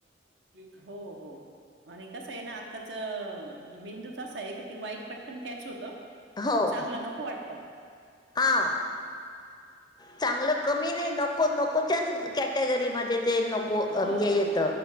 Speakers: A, on the right; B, on the left.
A: <unintelligible> हो हो हो आणि कस आहे ना आत्ताच मेंदूच असा आहे का ती वाईट पटकन कॅच होत
B: हो
A: चांगल नको वाटत
B: हां चांगल कमी नाही नको नकोच्याच कॅटेगरीमध्ये ते नको को
A: हो,
B: म्हणजे येत